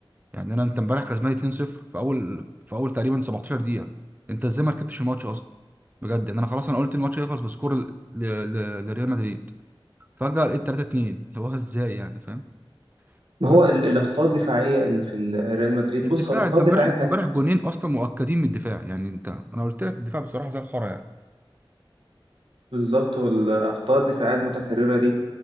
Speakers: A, on the right; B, on the right.
A: يعني انا انت امبارح كسبان 2-0 في اول في اول تقريبا 17 دقيقه انت ازاي ما ركبتش الماتش اصلا بجد يعني انا خلاص انا قلت الماتش هيخلص بسكور ل... ل... لريال مدريد فجاه لقيت 3-2 هو ازاي يعني فاهم
B: ما
A: بس
B: هو ال- الأخطاء الدفاعية اللي في ال- ريال مدريد
A: الدفاع
B: بص هو الأخطاء
A: انت
B: الدفاعية
A: امبارح انت
B: كانت
A: امبارح جونين اصلا مؤكدين من الدفاع يعني انت انا قلت لك الدفاع بصراحه زي الخرا يعني
B: بالظبط والأخطاء الدفاعية المتكررة دي